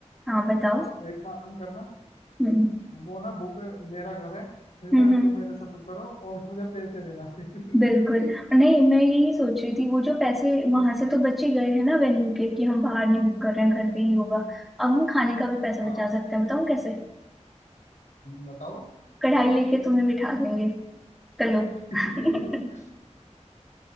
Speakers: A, in the centre; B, on the left.
A: हाँ बताओ
B: एक काम करना
A: हम्म
B: वो ना बुक मेरा घर है ठीक
A: हम्म
B: है तुम
A: हम्म,
B: मेरे से बुक करो और मुझे पैसे देना फिर
A: बिल्कुल नहीं मैं यही सोच
B: <laughs>
A: रही थी वो जो पैसे वहां से तो बच ही गए हैं ना वेन्यू के कि हम बाहर नहीं बुक कर रहे हैं घर पे ही होगा अब हम खाने का भी पैसा
B: हाँ
A: बचा सकते हैं बताओ कैसे
B: बताओ
A: कढ़ाई लेके तुम्हें बिठा देंगे चलो
B: <laughs>
A: <laughs>